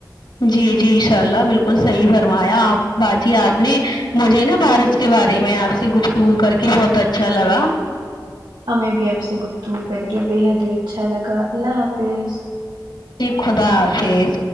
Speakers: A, on the left (about 80°); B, on the right (about 85°).
A: جی جی انشاء اللہ بالکل صحیح فرمایا آپ باجی آپ نے مجھے نا بارش اس کے بارے میں آپ سے گفتگو کر کے بہت اچھا لگا
B: ہمیں بھی اب سے گفتگو کر کے بےحد ہی اچھا لگا اللہ حافظ
A: جی خدا حافظ